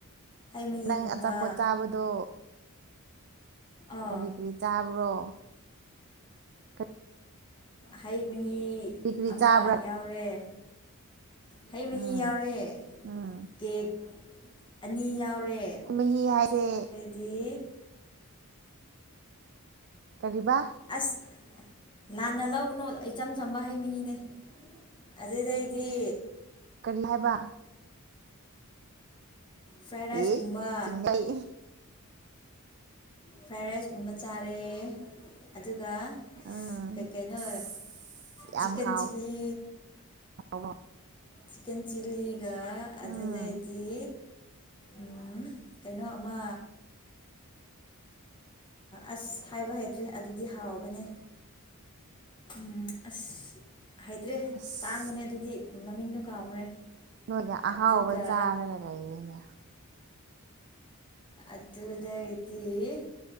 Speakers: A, on the left (about 20°); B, on the right (about 50°).
A: ꯍꯩ ꯃꯍꯤꯒꯨꯝꯕ
B: ꯅꯪ ꯑꯆꯥꯄꯣꯠ ꯆꯥꯕꯗꯣ
A: ꯑꯥ
B: ꯀꯔꯤ ꯀꯔꯤ ꯆꯥꯕ꯭ꯔꯣ ꯀꯔꯤ
A: ꯍꯩ ꯃꯍꯤ
B: ꯀꯔꯤ
A: ꯑꯃ
B: ꯆꯥꯕ꯭ꯔꯥ
A: ꯌꯥꯎꯔꯦ ꯍꯩ ꯃꯍꯤ
B: ꯎꯝ
A: ꯌꯥꯎꯔꯦ
B: ꯎꯝ
A: ꯀꯦꯛ ꯑꯅꯤ ꯌꯥꯎꯔꯦ
B: ꯍꯩ ꯃꯍꯤ ꯍꯥꯏꯁꯦ
A: ꯗꯤ
B: ꯀꯔꯤꯕꯥ
A: ꯑꯁ ꯂꯥꯟꯅ ꯂꯧꯒꯅꯨ ꯏꯆꯝ ꯆꯝꯕ ꯍꯩ ꯃꯍꯤꯅꯦ ꯑꯗꯨꯗꯩꯗꯤ
B: ꯀꯔꯤ ꯍꯥꯏꯕ
A: ꯐ꯭ꯔꯥꯏ ꯔꯥꯏꯁꯀꯨꯝꯕ
B: ꯑꯦ ꯆꯤꯡꯅꯩ
A: ꯐ꯭ꯔꯥꯏ ꯔꯥꯏꯁ ꯀꯨꯝꯕ ꯆꯥꯔꯦ ꯑꯗꯨꯒ
B: ꯎꯝ
A: ꯀꯩ ꯀꯩꯩꯅꯣ
B: ꯑꯁ ꯌꯥꯝ
A: ꯆꯤꯛꯀꯟ
B: ꯍꯥꯎ
A: ꯆꯤꯂꯤ
B: <unintelligible>
A: ꯆꯤꯛꯀꯟ ꯆꯤꯂꯤꯒ ꯑꯗꯨꯗꯩꯗꯤ
B: ꯎꯝ
A: ꯎꯝ ꯀꯩꯅꯣ ꯑꯃ ꯑꯁ ꯍꯥꯏꯕ ꯍꯩꯇ꯭ꯔꯦ ꯑꯗꯨꯗꯤ ꯍꯥꯎꯕꯅꯦ ꯎꯝ ꯑꯁ ꯍꯥꯏꯗ꯭ꯔꯦ
B: ꯑꯁ
A: ꯇꯥꯡꯕꯅꯦ ꯑꯗꯨꯗꯤ ꯃꯃꯤꯡꯗꯣ ꯀꯥꯎꯈ꯭ꯔꯦ
B: ꯅꯣꯏꯅ
A: ꯑꯗꯨꯒ
B: ꯑꯍꯥꯎꯕ ꯆꯥꯔꯒ ꯂꯩꯔꯦꯅꯦ
A: ꯑꯗꯨꯗꯒꯤꯗꯤ